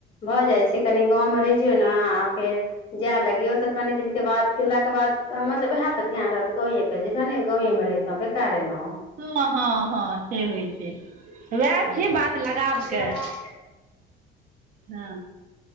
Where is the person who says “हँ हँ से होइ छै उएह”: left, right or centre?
Right